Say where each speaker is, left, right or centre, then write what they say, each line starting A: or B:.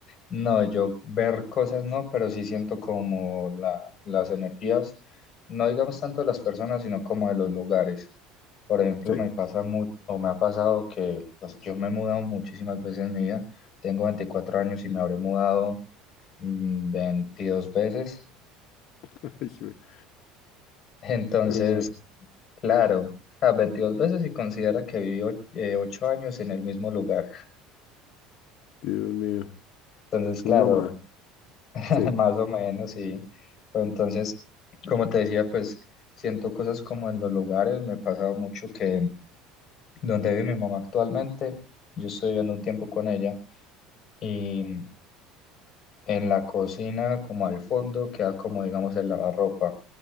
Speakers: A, on the left; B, on the left.
A: No, yo ver cosas no, pero sí siento como la, las energías, no digamos tanto de las personas, sino como de los lugares. Por ejemplo,
B: Sí.
A: me pasa mu- o me ha pasado que pues, yo me he mudado muchísimas veces en mi vida. Tengo 24 años y me habré mudado mm, 22 veces.
B: <laughs>
A: <laughs> Entonces,
B: Ay, güey.
A: claro, a 22 veces y considera que viví 8 años en el mismo lugar.
B: Dios mío.
A: Entonces,
B: Es
A: claro,
B: un nómada.
A: <laughs>
B: Sí,
A: Más o menos, sí. Pero entonces, como te decía, pues siento cosas como en los lugares. Me ha pasado mucho que donde vive mi mamá actualmente, yo estoy viviendo un tiempo con ella y en la cocina, como al fondo, queda como, digamos, el lavarropa,